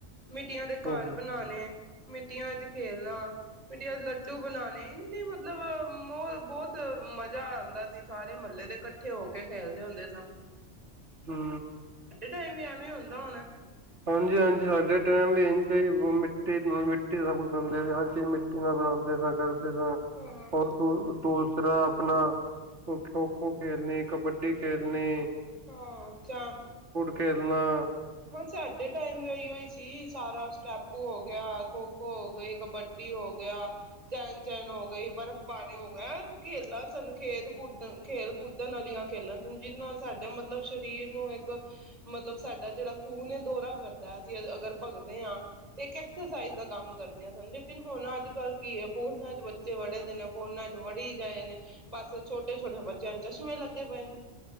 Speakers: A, on the right (about 35°); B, on the right (about 75°).
A: ਮਿੱਟੀਆਂ ਦੇ
B: ਹਮ
A: ਘਰ ਬਣਾਨੇ। ਮਿੱਟੀਆਂ ਚ ਖੇਲਣਾ। ਮਿਟੀਯਾਂ ਦੇ ਲੱਡੂ ਬਣਾ ਨਹੀ, ਨਹੀ ਮਤਲਬ ਓਹ ਬਹੁਤ ਮਜ਼ਾ ਆੰਦਾ ਸੀ ਸਾਰੇ ਮਹੱਲੇ ਦੇ ਕੱਠੇ ਹੋ ਕੇ ਖੇਲਦੇ ਹੋਂਦੇ ਸਾਂ।
B: ਹੂੰ।
A: ਡੇ ਵੀ ਐਵੇਂ ਹੁੰਦਾ ਹੁਣਾ?
B: ਹਾਂਜੀ, ਹਾਂਜੀ ਸਾਡੇ ਟੈਮ ਵੀ ਇੰਜੇ ਵੋ ਮਿੱਟੀ ਨਾ ਮਿੱਟੀ ਦਾ ਸਬ ਕੁਛ ਬਨਦੇ ਸੀ ਹਰ ਚੀਜ ਮਿੱਟੀ ਨਾਲ ਬਣਾੰਦੇ ਸਾ ਕਰ ਦੇ ਸਾ,
A: ਹਾਂ,
B: ਹੋਰ ਤੋ ਤੋ ਤਰਾਂ ਆਪਨਾ ਖੋ -ਖੋ ਖੇਲਣੀ, ਕਬੱਡੀ ਖੇਲਨੀ
A: ਹਾਂ, ਚਾਅ
B: ਖੇਲਨਾ।
A: ਹਾਂ ਸਾਡੇ ਟਾਈਮ ਵੀ ਔਈਯੋ ਈ ਸੀ ਸਾਰਾ ਟਾਪੂ ਹੋ ਗੇਆ, ਖੋ-ਖੋ ਹੋ ਗਈ, ਕਬੱਡੀ ਹੋ ਗੇਆ, ਚੈਨ-ਚੈਨ ਓ ਗਈ, ਬਰਫ ਪਾਨੀ ਓ ਗੇਆ, ਖੇਲਾਂ ਸਾਨੂੰ ਖੇਲ ਕੂਦਨ, ਖੇਲ ਕੂਦਨ ਆਲੀਆਂ ਖੇਲਾਂ ਸਂ ਜਿਦੇ ਨਾਲ ਸਾਡਾ ਮਤਲਬ ਸ਼ਰੀਰ ਨੂੰ ਇੱਕ ਮਤਲਬ ਸਾਡਾ ਜੇੜਾ ਖੂਨ ਦੋਰਾ ਕਰਦਾ ਅਸੀਂ ਅਗਰ ਭਗਦੇ ਆ, ਤੇ ਇੱਕ ਐਕਸਰਸਾਈਜ਼ ਦਾ ਕੰਮ ਕਰਦੇ ਹਨ ਲੇਕਿਨ ਹੁਨ ਅੱਜ-ਕੱਲ ਕੀ ਹੈ ਫੋਨਾ ਚ ਬੱਚੇ ਵੜੇ ਦੇ ਨੇ ਫੋਨਾ ਚ ਵੜੀ ਜਾਏ ਨੇ ਬਸ ਛੋਟੇ- ਛੋਟੇ ਬੱਚਿਆਂ ਨੂੰ ਚਸ਼ਮੇ ਲੱਗੇ ਪਏ ਨੇ।